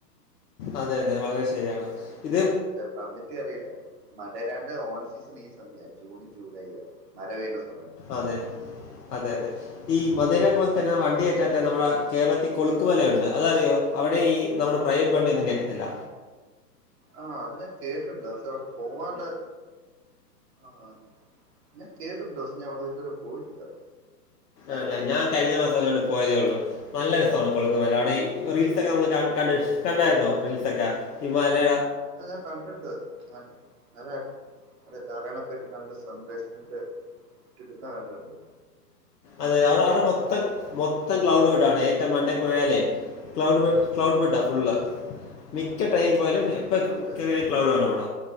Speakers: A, on the left; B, on the right.
A: അതെ അതെ വളരെ ശരിയാണ് ഇത്
B: പറഞ്ഞിട്ട് അറിയില്ല മരെരാണ്ട്ഓൺ സീസൺ ഈ സമയ ജൂണും ജൂലൈലും മഴ പെയണ സമയം
A: അതെ യതെ അതെ ഈ മധുരപോലെ തന്നെ വണ്ടികേ റ്റാത്ത നമ്മുടെ കേരളത്തിൽ കൊളുക്കുമല യുണ്ട് അതറിയോ അവിടെ ഈ നമ്മുടെ പ്രൈവറ്റ് വണ്ടി ഒന്നും കേറ്റത്തില്ല
B: ആ അത് ഞാൻ കേട്ടിണ്ട് പക്ഷെ അവിടെ പോവാനുള്ള ആഹ് ഞാൻ കേട്ടിട്ടുണ്ട് ക്ഷേ ഞാൻ അവിടെ ഇതുവരെ പോയിട്ടില്ല
A: ആല്ല ഞാൻ കഴിഞ്ഞ മാസംഅങ്ങോട്ട്‌പോയതേള്ളൂ നല്ല രസമാണ് കൊളുത്ത്മല അവിടെഈ
B: ഓ
A: റീൽസൊക്കെ നമ്മള് ക കണ്ട് കണ്ടായിരുന്നോ റീൽസൊക്കെ ഹിമാലയ
B: അത് ഞാൻ കണ്ടിണ്ട് അത് അത്കണ്ട് അതെ ധരാളംപേർക്ക് നല്ലസന്ദേശമായിട്ട് കിട്ടുന്നകണ്ടിട്ടിണ്ട്
A: അതെ അവിടെ അവിടെ മൊത്തം മൊത്തം ക്ലൗഡ്ടുട്അ ഏറ്റംമണ്ടേപോയലെ ക്ലൗഡ് ബഡ് ക്ലൗഡ് ബഡാഫുള്ള്
B: ആ
A: മിക്കടൈംപോയാലുംഎപ്പോകേ
B: നല്ല
A: കേറിയാലും ക്ലൗട് വേണവട